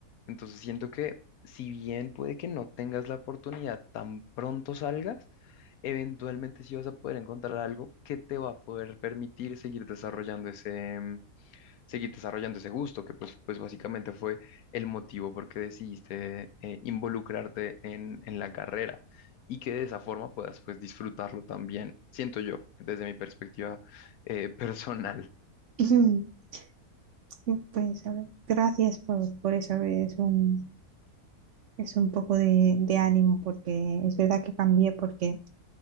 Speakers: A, on the left; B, on the right.
A: Entonces siento que si bien puede que no tengas la oportunidad tan pronto salgas, eventualmente sí vas a poder encontrar algo que te va a poder permitir seguir desarrollando ese, seguir desarrollando ese gusto, que pues, pues básicamente fue el motivo por qué decidiste eh, involucrarte en, en la carrera y que de esa forma puedas pues disfrutarlo también, siento yo, desde mi perspectiva eh, <laughs> personal.
B: <laughs> <clears throat> Pues a ver, gracias por, por eso. a ver, es un, es un poco de, de ánimo porque es verdad que cambié porque